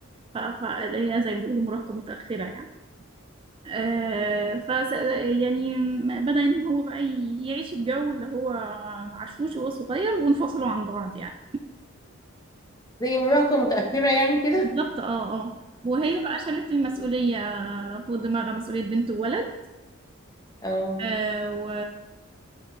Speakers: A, on the right; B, on the left.
A: فهي زي ما بيقولوا مراهقة متأخرة يعني آه، فس يعني بدأ إن هو بقى ي- يعيش الجو اللي هو عاشوش وهو صغير وانفصلوا عن بعض يعني
B: زي مراهقه متاخره يعني كده
A: بالظبط اه اه وهي
B: <laughs>
A: بقى شالت المسؤولية فوق دماغها مسؤولية بنت وولد
B: اه
A: آه و...